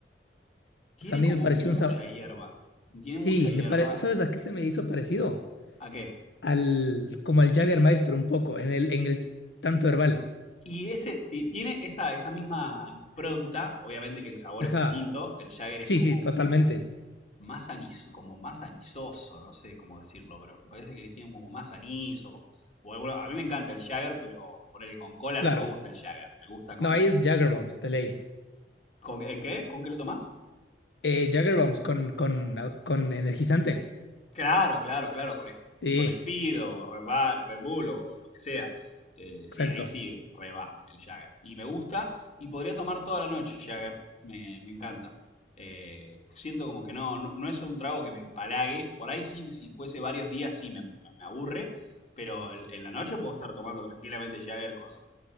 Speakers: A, on the left; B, on the left.
A: Tiene
B: O sea, a mí
A: como
B: me pareció
A: mucha
B: un sabor.
A: hierba. Tiene
B: Sí,
A: mucha hierba.
B: me pare... ¿sabes a qué se me hizo parecido?
A: ¿A qué?
B: Al. Como al Jägermeister un poco, en el, en el tanto herbal.
A: Y ese ti- tiene esa, esa misma impronta. Obviamente que el sabor
B: Ajá.
A: es distinto. El Jagger es
B: Sí,
A: como
B: sí, totalmente.
A: más anis, como más anisoso, no sé cómo decirlo, pero parece que tiene como más anís o, o alguna- A mí me encanta el Jagger, pero ponerle con cola
B: Claro.
A: no me gusta el Jagger, me gusta con...
B: No, ahí es Jägerbombs, de ley.
A: ¿Con, ¿En qué? ¿Con qué lo tomás?
B: Eh, Jägerbombs con, con, ah, con energizante.
A: Claro, claro, claro, con, es-
B: Sí,
A: con Speed o Red, Ba- Red Bull o lo que sea. Eh, sí,
B: exacto.
A: ahí sí reba el Jagger. Y me gusta y podría tomar toda la noche Jagger. Me, me encanta. Eh, siento como que no, no, no es un trago que me empalague. Por ahí sí, si fuese varios días sí me, me aburre, pero en en la noche puedo estar tomando tranquilamente Jagger con,